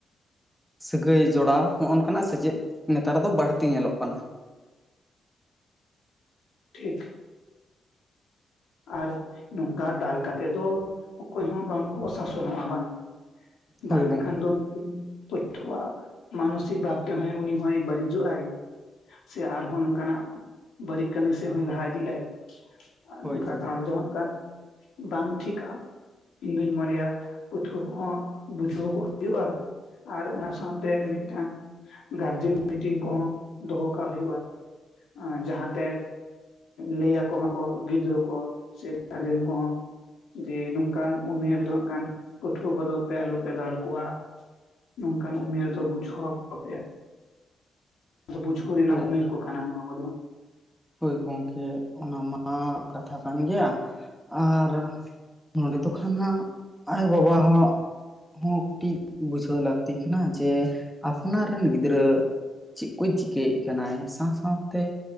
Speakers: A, in the centre; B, on the left.
A: ᱥᱟᱹᱜᱟᱹᱭ ᱡᱚᱲᱟᱣ ᱦᱚᱸᱜ ᱱᱚᱠᱟᱱᱟᱜ ᱥᱮᱪᱮᱫ ᱱᱮᱛᱟᱨ ᱫᱚ ᱵᱟᱲᱛᱤ ᱧᱮᱞᱚᱜ ᱠᱟᱱᱟ᱾
B: ᱴᱷᱤᱠ᱾ ᱟᱨ ᱱᱚᱝᱠᱟ ᱫᱟᱞ ᱠᱟᱛᱮ ᱫᱚ ᱚᱠᱚᱭ ᱦᱚᱸ ᱵᱟᱝᱠᱚ ᱥᱟᱥᱚᱱᱚᱜ-ᱟ ᱵᱟᱝ᱾ ᱫᱟᱞ
A: ᱦᱳᱭ ᱜᱚᱝᱠᱮ
B: ᱞᱮᱠᱷᱟᱱ ᱫᱚ ᱯᱟᱹ <unintelligible> ᱢᱟᱱᱚᱥᱤᱠ ᱵᱷᱟᱵᱽ ᱛᱮ ᱦᱚᱸᱭ ᱩᱱᱤ ᱦᱚᱸᱭ ᱵᱟᱲᱤᱡᱚᱜ ᱟᱭ᱾ ᱥᱮ ᱟᱨᱦᱚᱸ ᱱᱚᱝᱠᱟᱱᱟᱜ ᱵᱟᱹᱲᱤᱜ ᱠᱟᱹᱢᱤ ᱥᱮᱜ ᱦᱚᱸᱭ ᱞᱟᱦᱟ ᱤᱫᱤᱜ ᱟᱭ᱾ ᱟᱨ ᱱᱚᱝᱠᱟ
A: ᱦᱳᱭ ᱦᱳᱭ
B: ᱫᱟᱞ ᱫᱚ ᱦᱟᱸᱜ ᱠᱷᱟᱱ ᱵᱟᱝ ᱴᱷᱤᱠᱟ᱾ ᱤᱧ ᱫᱩᱧ ᱢᱚᱱᱮᱭᱟ ᱯᱟᱹᱴᱷᱩᱣᱟᱹ ᱠᱚᱦᱚᱸ ᱵᱩᱡᱷᱟᱹᱣ ᱠᱚ ᱦᱳᱭᱳᱜ-ᱟ᱾ ᱟᱨ ᱚᱱᱟ ᱥᱟᱶᱛᱮ ᱢᱤᱜᱴᱟᱝ ᱜᱟᱨᱡᱮᱱ ᱢᱤᱴᱤᱝ ᱠᱚᱦᱚᱸ ᱫᱚᱦᱚ ᱠᱟᱜ ᱦᱩᱭᱩᱜ-ᱟ᱾ ᱦᱟᱸ ᱡᱟᱸᱦᱟᱛᱮ ᱞᱟᱹᱭ ᱟᱠᱚ ᱢᱟᱠᱚ᱾ ᱜᱤᱫᱽᱨᱟᱹ ᱠᱚ ᱥᱮ ᱜᱟᱨᱡᱮᱱ ᱠᱚᱦᱚᱸ᱾ ᱡᱮ ᱱᱚᱝᱠᱟᱱ ᱩᱢᱮᱨ ᱫᱚ ᱦᱟᱸᱜ ᱠᱷᱟᱱ ᱯᱟᱹᱴᱷᱩᱣᱟᱹ ᱠᱚᱫᱚ ᱯᱮ ᱟᱞᱚᱯᱮ ᱫᱟᱞ ᱠᱚᱣᱟ᱾ ᱱᱚᱝᱠᱟᱱ ᱩᱢᱮᱨ ᱫᱚ ᱵᱩᱡᱷᱟᱹᱣ ᱟᱠᱚ ᱯᱮ ᱛᱚ ᱵᱩᱡᱷᱟᱹᱣ᱾ ᱠᱩᱨᱤᱱᱟᱜ
A: ᱦᱳᱭ
B: ᱩᱢᱮᱨ
A: ᱦᱳᱭ
B: ᱠᱚ‌ᱠᱟᱱᱟ ᱱᱚᱣᱟ ᱠᱚᱫᱚ᱾
A: ᱦᱳᱭ ᱜᱚᱢᱠᱮ, ᱚᱱᱟ ᱢᱟ ᱠᱟᱛᱷᱟ ᱠᱟᱱ ᱜᱮᱭᱟ, ᱟᱨ᱾ ᱱᱚᱰᱮ ᱫᱚ ᱠᱷᱟᱱ ᱦᱟᱸᱜ ᱟᱭᱳ ᱵᱟᱵᱟ ᱦᱚᱸ᱾ ᱦᱚᱸ ᱠᱟᱹᱴᱤᱡ ᱵᱩᱡᱷᱟᱹᱣ ᱞᱟᱠᱛᱤ ᱠᱟᱱᱟ, ᱡᱮ ᱟᱯᱱᱟᱨ ᱨᱮᱱ ᱜᱤᱫᱽᱨᱟᱹ᱾ ᱪᱮᱜ ᱠᱚᱭ ᱪᱤᱠᱟᱹᱭᱮᱜ ᱠᱟᱱᱟᱭ ᱥᱟᱶ ᱥᱟᱶᱛᱮ᱾